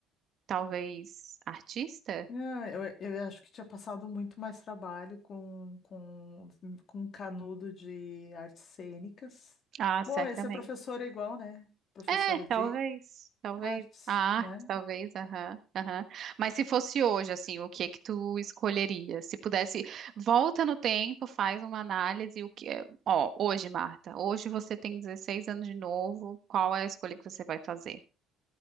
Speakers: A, on the right; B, on the left.
A: Talvez artista?
B: Não, eu, eu acho que tinha passado muito mais trabalho com, com, com canudo de artes cênicas.
A: Ah, certamente.
B: Bom, ia ser professora igual, né? Professora
A: É,
B: de
A: talvez, talvez.
B: artes,
A: A
B: né?
A: arte, talvez, aham, aham. Mas se fosse hoje, assim, o que é que tu escolheria? Se pudesse, volta no tempo, faz uma análise, o que é... Ó, hoje, Marta, hoje você tem 16 anos de novo, qual é a escolha que você vai fazer?